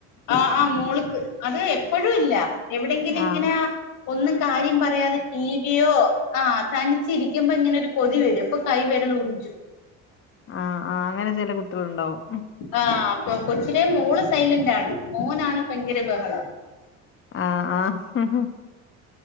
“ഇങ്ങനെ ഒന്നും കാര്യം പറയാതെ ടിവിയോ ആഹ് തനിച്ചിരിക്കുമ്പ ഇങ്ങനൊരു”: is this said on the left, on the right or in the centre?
Left